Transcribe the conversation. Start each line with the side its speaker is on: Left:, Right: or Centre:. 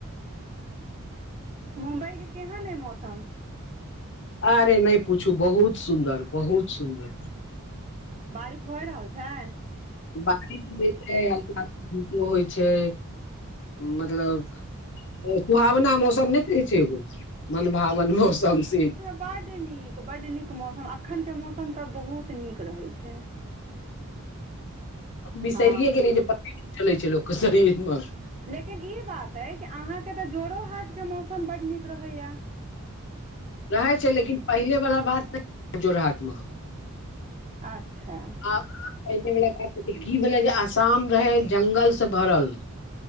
Right: मुम्बई के केहन है मौसम?
Left: अरे नहि पूछू बहुत सुन्दर बहुत सुन्दर।
Right: बारिश भए रहल छै?
Left: बारिश भी छै हल्का हल्का धूपो होइ छै। मतलब सुहावना मौसम नहि कहै छै एगो? मनभावन मौसम छी।
Right: बड नीक बड नीक मौसम अखनके मौसम तऽ बहुत नीक रहैत छै।
Left: बिसरिे
Right: हँ
Left: गेलियै जे प चलै छै लोकके शरीर मे <unintelligible>
Right: लेकिन ई बात अइ कि अहाँके तऽ जोड़ो हाटके मौसम बड्ड नीक रहैया?
Left: रहै छै लेकिन पहिले वला बात नहि जोर हट मे,
Right: अच्छा
Left: आब पहिने वला बात की भेलै जे आसाम रहै जंगल से भरल,